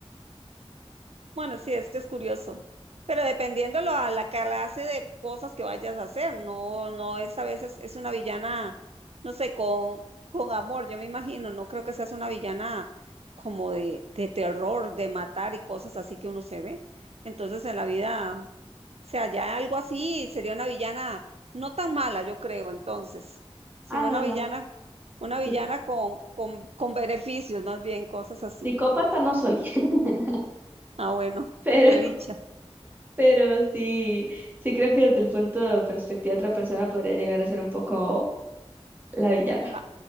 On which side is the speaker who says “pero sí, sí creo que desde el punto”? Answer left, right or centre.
Right